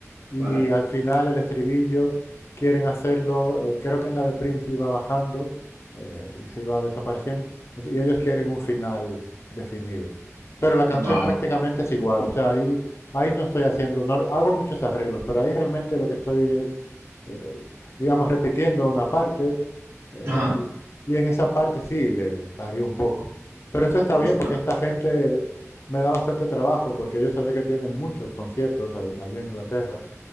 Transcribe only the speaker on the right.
Vale.
Vale.
Ajá.
Ostras.